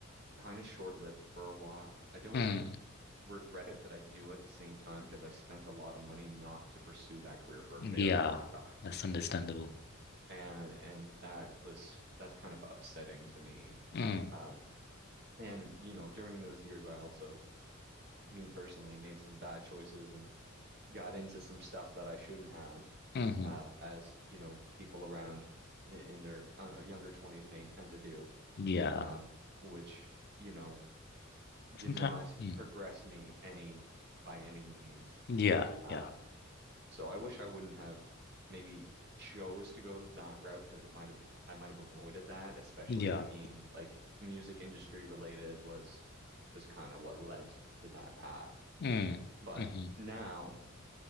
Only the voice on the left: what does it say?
Mm,
yeah.
That's understandable.
Mm,
hmm
Yeah.
Sometimes.
Mm,
yeah.
Yeah.
Yeah.
Mm,
mhm.